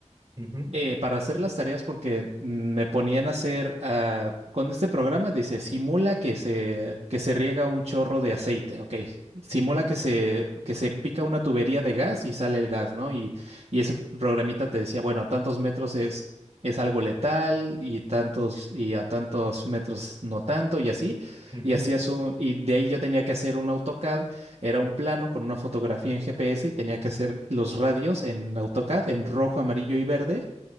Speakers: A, on the right (about 40°); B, on the right (about 55°).
A: ujú,
B: eh, para hacer las tareas porque me ponían a hacer, ah, con este programa dice, simula que se, que se riega un chorro de aceite, ok, simula
A: ujú,
B: que Ujú. se, que se pica una tubería de gas y sale el gas, ¿no? Y, y ese programita te decía, bueno, a tantos metros es, es algo letal y tantos, y a tantos metros no tanto y así,
A: ujú.
B: y hacías Ujú. un, y de ahí yo tenía que hacer un AutoCAD, era un plano con una fotografía en GPS y tenía que hacer los radios en AutoCAD en rojo, amarillo y verde